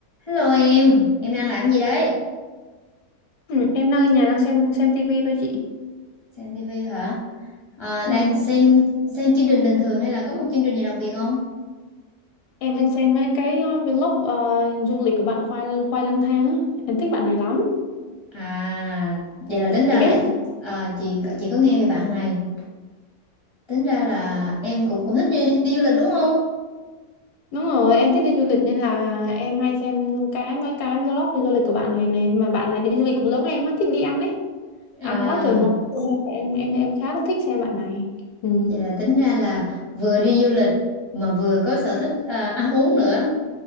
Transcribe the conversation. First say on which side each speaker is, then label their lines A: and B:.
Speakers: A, on the left (about 40°); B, on the left (about 85°).
A: Hello em, em đang làm gì đấy?
B: Ừ, em đang ở nhà đang xem xem tivi thôi chị.
A: Xem TV hả? À,
B: Dạ.
A: đang xem xem chương trình bình thường hay là có một chương trình gì đặc biệt không?
B: Em đang xem mấy cái uh, vlog uh, du lịch của bạn Khoai Khoai lang thang á. Em thích bạn này lắm.
A: À, vậy là tính ra
B: Chị biết
A: là em
B: không?
A: à, chị có- chị có nghe về bạn này. Tính ra là em cũng cũng thích đi, đi du lịch đúng không?
B: Đúng rồi, em thích đi du lịch nên là em hay xem cái mấy cái vlog đi du lịch của bạn này này mà bạn này đi du lịch cũng giống em á, thích đi ăn ấy.
A: À,
B: Ăn quá trời món Cho nên là em em em khá là thích xem bạn này. Ừ.
A: vậy là tính ra là vừa đi du lịch mà vừa có sở thích à, ăn uống nữa,